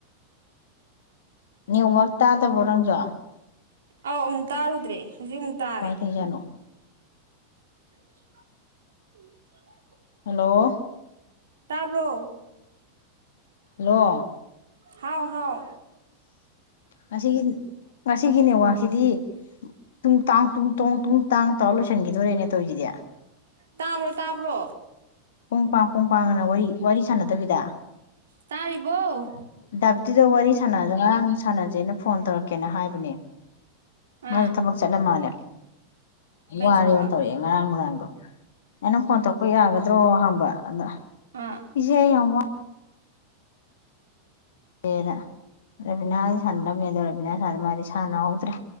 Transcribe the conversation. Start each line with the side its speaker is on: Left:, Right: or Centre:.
Left: ꯅꯦꯠꯋꯥꯛ ꯇꯥꯗꯕ꯭ꯔꯣ ꯅꯪꯖꯨ
Right: ꯑꯧ ꯑꯃꯨꯛ ꯇꯥꯔꯨꯗ꯭ꯔꯦ ꯍꯧꯖꯤꯛ ꯑꯃꯨꯛ ꯇꯥꯔꯦ
Left: ꯀꯃꯥꯏ ꯇꯩꯏꯖꯠꯅꯣ
Right: <inaudible>
Left: ꯍꯜꯂꯣ
Right: ꯇꯥꯕ꯭ꯔꯣ
Left: ꯍꯦꯜꯂꯣ
Right: ꯍꯥꯎ ꯍꯥꯎ
Left: ꯉꯁꯤꯒꯤ ꯉꯁꯤꯒꯤ ꯅꯦꯠꯋꯥꯛꯁꯤꯗꯤ ꯇꯨꯡ ꯇꯥꯡ ꯇꯨꯡ ꯇꯨꯡ ꯇꯥꯡ ꯇꯥꯔ ꯂꯣꯏꯁꯤꯟꯈꯤꯗꯣꯔꯦꯅꯦ ꯇꯧꯔꯤꯁꯤꯗꯤ
Right: ꯇꯥꯕ꯭ꯔꯣ - ꯇꯥꯕ꯭ꯔꯣ
Left: ꯄꯨꯡ ꯄꯥꯡ ꯄꯨꯡ ꯄꯥꯡꯅ ꯋꯥꯔꯤ ꯋꯥꯔꯤ ꯁꯥꯟꯅꯗꯕꯤꯗ
Right: ꯇꯥꯔꯤꯕꯣ
Left: ꯗꯥꯕꯤꯇꯤꯗꯣ ꯋꯥꯔꯤ ꯁꯥꯟꯅꯗ ꯉꯔꯥꯡ ꯁꯥꯟꯅꯖꯦꯅ ꯐꯣꯟ ꯇꯧꯔꯛꯀꯦꯅ ꯍꯥꯏꯕꯅꯦ
Right: ꯑꯥ
Left: ꯃꯗꯣ ꯊꯕꯛ ꯆꯠꯂꯥ ꯃꯥꯜꯂꯦ
Right: ꯀꯩ
Left: ꯋꯥꯔꯦꯅ
Right: ꯊꯕꯛ
Left: ꯇꯧꯔꯛꯑꯦ ꯉꯔꯥꯡ ꯅꯨꯡꯗꯥꯥꯡꯗꯣ ꯑꯩꯅ ꯐꯣꯟ ꯇꯧꯔꯛꯄ ꯌꯥꯒꯗ꯭ꯔꯣ ꯍꯪꯕ ꯑꯗ
Right: ꯑꯥ
Left: ꯏꯆꯦ ꯑꯩ ꯌꯥꯝ ꯋꯥ ꯔꯦꯅ ꯔꯦꯕꯤꯅꯥ ꯁꯥꯟꯅꯔꯝꯃꯦ ꯑꯗꯣ ꯔꯦꯕꯤꯅꯥ ꯁꯥꯟ ꯃꯥꯗꯤ ꯁꯥꯟꯅꯍꯧꯗ꯭ꯔꯦ